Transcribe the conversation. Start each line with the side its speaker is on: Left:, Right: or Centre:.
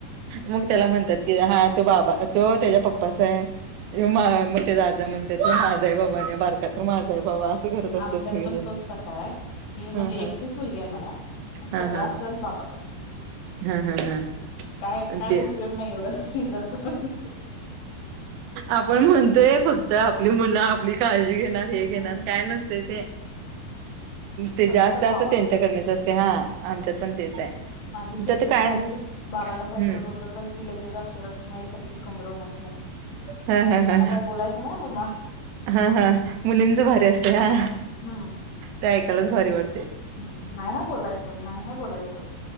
Right: मग त्याला म्हणतात की हा तो बाबा तो त्याच्या पप्पाचा आहे.
Left: हम्म
Right: मग ते आझा म्हणतात ते माझाही बाबा आणि बारकात माझाही बाबा असं घरत असतात
Left: आमच्यात
Right: सगळेजण.
Left: पण तोच प्रकार आहे ही म्हणजे
Right: हा हा
Left: एकटीच मुलगी आहे मला पण
Right: हा
Left: सगळा
Right: हा
Left: चल बाबाकड.
Right: हा हा हा
Left: काय
Right: आणि
Left: काय
Right: ते
Left: उपयोग नाही एवढं सि जर करून.
Right: आपण म्हणतोय फक्त आपली मुलं आपली काळजी घेणार. हे
Left: हम्म
Right: घेणार काही नसतं ते
Left: फक्त
Right: जास्त अस
Left: बाबा
Right: त्यांचं. त्याच्याकडच असते हा आमच्यात पण तेच आहे.
Left: माझी सिडसिड
Right: तर ते कायम
Left: झाली बाबाला काहीत
Right: हम्म
Left: बोललं तर ही लगेच अस खुमाई सारखी कमर हठ प्ांना
Right: हा हा हा
Left: काही बोलायचं नाही म्मा
Right: हा हा मुलींच भारी असते हा
Left: हम्म
Right: ते ऐकायलाच भारी वाटते.
Left: हम्म नाही ह्या बोलायचं नाही ह्या बोलायचं.